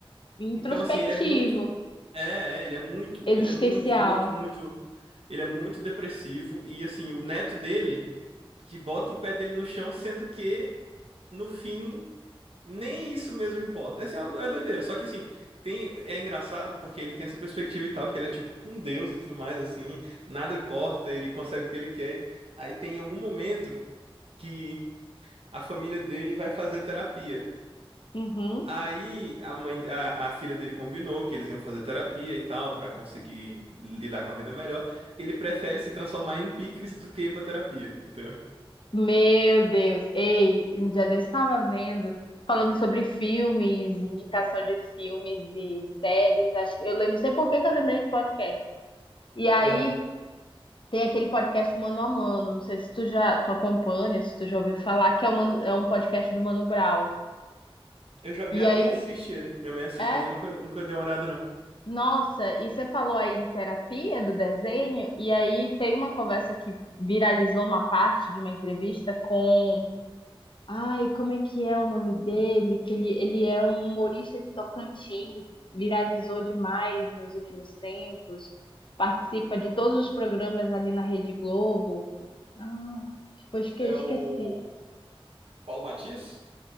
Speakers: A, on the left (about 60°); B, on the right (about 75°).
A: introspectivo,
B: Então, assim, ele é muito. É, é, ele é muito,
A: existencial.
B: ele é muito, muito, muito. Ele é muito depressivo e, assim, o neto dele que bota o pé dele no chão, sendo que, no fim. Nem isso mesmo importa. Assim, é assim é uma é doideira. Só que assim, tem, é engraçado porque ele tem essa perspectiva e tal, que ele é tipo um deus e tudo mais, assim, nada importa, ele consegue o que ele quer. Aí tem algum momento que a família dele vai fazer terapia.
A: Uhum.
B: Aí a mãe, a, a filha dele combinou que eles iam fazer terapia e tal, pra conseguir lidar com a vida melhor. Ele prefere se transformar em um picles do que ir pra terapia, entendeu?
A: Meu Deus. Ei, um dia desse estava vendo, falando sobre filmes, indicação de filmes e séries. Acho, que- eu lembro, não sei por que que eu lembrei de podcast. E aí
B: Aham.
A: Tem aquele podcast Mano a Mano, não sei se tu já tu acompanha, se tu já ouviu falar, que é, o Mano- é um podcast do Mano Brown.
B: Eu já... Minha
A: E aí,
B: mãe assiste ele. Minha mãe assiste,
A: é,
B: mas eu nunca, nunca dei uma olhada, não.
A: nossa, e você falou aí de terapia, do desenho, e aí tem uma conversa que viralizou uma parte de uma entrevista com Ai, como é que é o nome dele? Que ele, ele é um humorista de Tocantins, viralizou demais nos últimos tempos, participa de todos os programas ali na Rede Globo. Ah, depois que
B: É
A: esqueci.
B: o Paulo Matias?